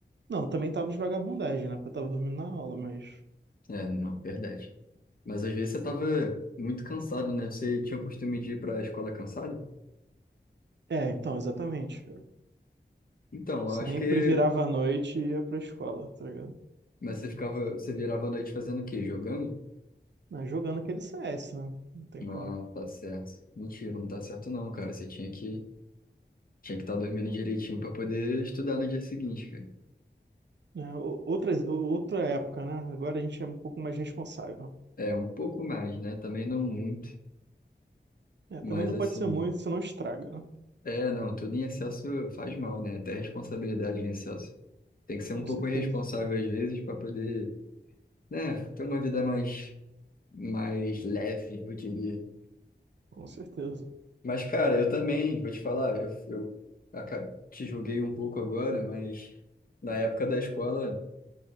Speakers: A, on the right; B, on the left.
A: Não, também tava de vagabundagem, né? Porque eu tava dormindo na aula, mas...
B: É, não, verdade. Mas às vezes você tava muito cansado, né? Você tinha o costume de ir pra escola cansado?
A: É, então, exatamente, cara.
B: Então,
A: Sempre
B: eu acho que.
A: virava a noite e ia pra escola, tá ligado?
B: Mas você ficava. Você virava a noite fazendo o quê? Jogando?
A: Mas jogando aquele CS, né? Não tem
B: Não,
A: como.
B: tá certo. Mentira, não tá certo não, cara. Você tinha que Tinha que estar dormindo direitinho para poder estudar no dia seguinte, cara.
A: né? O- Outras, outra época, né? Agora a gente é um pouco mais responsável.
B: É, um pouco mais, né? Também não muito,
A: É,
B: mas
A: também não
B: assim,
A: pode ser muito, senão estraga, né?
B: é, não, tudo em excesso faz mal, né? Até responsabilidade em excesso. Tem que ser
A: Com
B: um pouco
A: certeza,
B: irresponsável às vezes para poder, né, ter uma vida mais mais leve, eu diria.
A: com certeza.
B: Mas cara, eu também, vou te falar, eu, eu aca- te julguei um pouco agora, mas na época da escola